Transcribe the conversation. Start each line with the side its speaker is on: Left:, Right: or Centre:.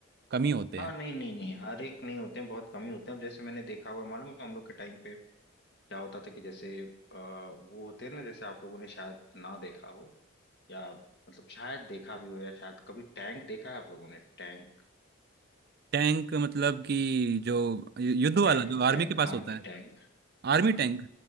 Right: कम ही होते
Left: हाँ
Right: हैं
Left: नहीं नहीं नहीं हर एक नहीं होते हैं बहुत कम ही होते हैं अब जैसे मैंने देखा हुआ है मालूम है हम लोग के टाइम पे क्या होता था कि जैसे अ, वो होते हैं ना जैसे आप लोगों ने शायद ना देखा हो या मतलब शायद देखा भी हो या शायद कभी टैंक देखा है आप लोगों ने Tank
Right: टैंक मतलब कि जो यु- युद्ध वाला
Left: tank
Right: जो आर्मी
Left: tank
Right: के पास
Left: army
Right: होता है
Left: tank
Right: Army
Left: हाँ
Right: tank